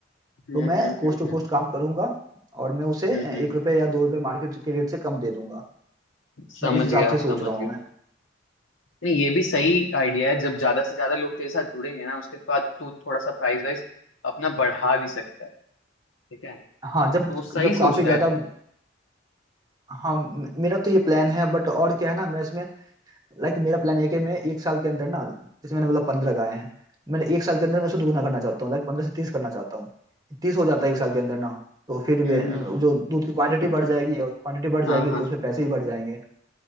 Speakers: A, on the left (about 80°); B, on the right (about 20°).
A: हम्म
B: तो
A: हम्म
B: मैं
A: हम्म हम्म
B: कोस्ट
A: हम्म
B: टू कोस्ट
A: हम्म,
B: काम करूंगा और मैं उसे
A: हम्म, हम्म।
B: एक रुपये या दो रुपये मार्केट के रेट से कम दे दूंगा
A: समझ
B: मैं इस हिसाब
A: गया
B: से सोच
A: समझ
B: रहा हूँ
A: गया
B: मैं
A: नहीं ये भी सही आइडिया है जब ज्यादा से ज्यादा लोग तेरे साथ जुड़ेंगे ना उसके बाद तू थोड़ा सा प्राइस वाइज अपना बढ़ा भी सकता है ठीक है
B: हाँ
A: तो
B: जब
A: सही
B: जब
A: सोच
B: काफी
A: रहा
B: ज्यादा
A: है तू
B: हाँ मे- मेरा तो ये प्लान है बट और क्या है ना मैं इसमें लाइक मेरा प्लान है कि मैं एक साल के अंदर ना जैसे मैंने बोला पंद्रह गाय हैं मैंने एक साल के अंदर मैं इसको दुगना करना चाहता हूँ लाइक पंद्रह से तीस करना चाहता हूँ तीस हो जाता
A: हम्म
B: है एक साल के अंदर ना तो फिर वे-
A: हम्म हम्म,
B: जो दूध की क्वांटिटी बढ़ जाएगी और क्वांटिटी बढ़ जाएगी
A: हाँ हाँ
B: तो उसमें पैसे भी बढ़ जाएंगे